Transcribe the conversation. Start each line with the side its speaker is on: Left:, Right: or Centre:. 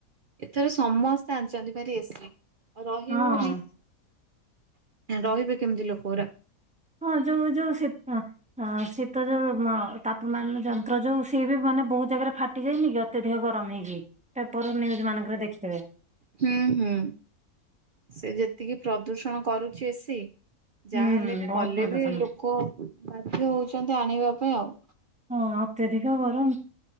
Right: ଏଥର ସମସ୍ତେ ଆଣିଛନ୍ତି ଭାରି ଏସିି। ଆଉ ରହି
Centre: ହଁ
Right: ହଉନି, ରହିବେ କେମିତି ଲୋକ ଗୁରା?
Centre: ହଁ ଯୋଉ ଯୋଉ ଶତ ଶୀତ ଯୋଉ ମ ତାପମାନ ଯନ୍ତ୍ର ଯୋଉ ସିଏ ବି ମାନେ ବହୁତ ଜାଗାରେ ଫା ଫାଟି ଯାଇନି କି ଅତ୍ୟଧିକ ଗରମ ହେଇକି, ପେପର ନ୍ୟୁଜ୍ ମାନଙ୍କରେ ଦେଖି
Right: ହୁଁ ହୁଁ, ସେ ଯେତିକି ପ୍ରଦୂଷଣ କରୁଛି ଏସି ଯାହାହେଲେ
Centre: ହୁଁ
Right: ବି
Centre: ବହୁତ
Right: କଲେ
Centre: ପ୍ରଦୂଷଣ
Right: ବି ଲୋକ ବାଧ୍ୟ ହଉଛନ୍ତି, ଆଣିବା ପାଇଁ ଆଉ
Centre: ହଁ ଅତ୍ୟଧିକ ଗରମ